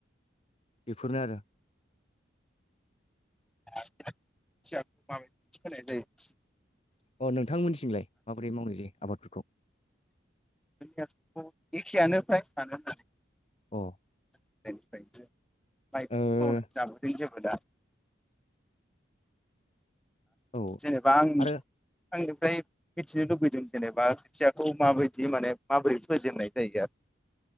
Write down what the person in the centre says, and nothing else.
<unintelligible>
जोंनियाथ' एखियानो फ्रायानो होनबालाय।
<unintelligible>
<unintelligible> दा
जेनेबा आं
आंनिफ्राय मिथिनो लुुबैदों जेनेबा खोथियाखौ माबायदि माने माबोरै फोजेननाय जायो आरो।